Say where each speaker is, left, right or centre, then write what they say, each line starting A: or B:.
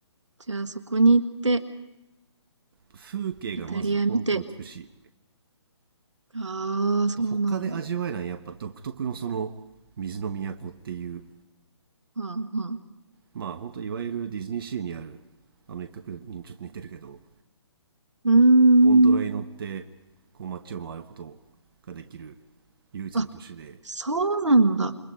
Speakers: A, on the right; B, on the right.
A: ーじゃあそこに行って、
B: 風景がまず本当美しい。
A: イタリア見て。ああ、
B: あと他で味わえないやっぱ独特のその水の都っていう、
A: そうなんだ。はんはん。
B: まあ本当いわゆるディズニーシーにあるあの一角にちょっと似てるけど、
A: うーん。
B: ゴンドラに乗ってこう街を回ることができる唯一の都市で、
A: あ、そうなんだ。